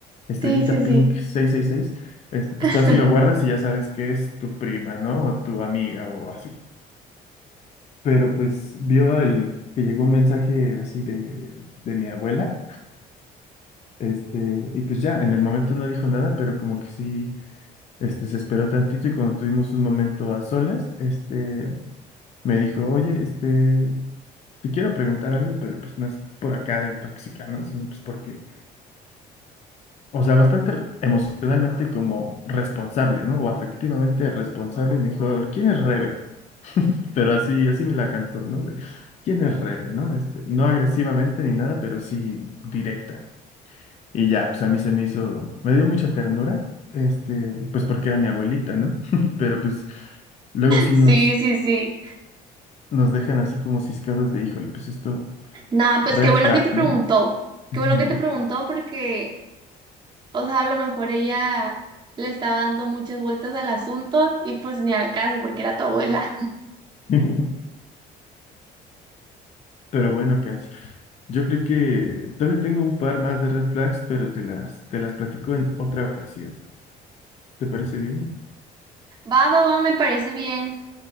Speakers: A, on the left; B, on the right.
A: estrellita
B: Sí, sí, sí.
A: pink seiscientos sesenta y seis este, pues
B: <laughs>
A: tú así lo guardas y ya sabes que es tu prima, ¿no? O tu amiga o así. Pero pues vio el que llegó un mensaje así de, de mi abuela, este, y pues ya, en el momento no dijo nada, pero como que sí. Este se esperó tantito y cuando tuvimos un momento a solas, este me dijo, oye, este, te quiero preguntar algo, pero pues no es por acá de tóxica, ¿no? Sino pues porque, o sea, bastante re- emocionalmente como responsable, ¿no? O afectivamente responsable. Y me dijo, ¿quién es Rebe? Pero así, así me la cantó, ¿no? De, ¿quién es Rebe? ¿No? Este, no agresivamente ni nada, pero sí directa. Y ya, pues a mí se me hizo, me dio mucha ternura, este, pues porque era mi abuelita, ¿no? <laughs> Pero pues... Luego sí
B: Sí,
A: nos
B: sí, sí.
A: nos dejan así como ciscados de, híjole, pues esto,
B: Nada,
A: red
B: pues qué bueno
A: flag,
B: que te preguntó.
A: ¿no?
B: Qué
A: Ujú.
B: bueno que te preguntó porque, o sea, a lo mejor ella le estaba dando muchas vueltas al asunto y pues ni al caso porque era tu abuela.
A: <laughs> Pero bueno, Cass, yo creo que todavía tengo un par más de red flags, pero te las, te las platico en otra ocasión. ¿Te parece bien?
B: Va, va, va, me parece bien.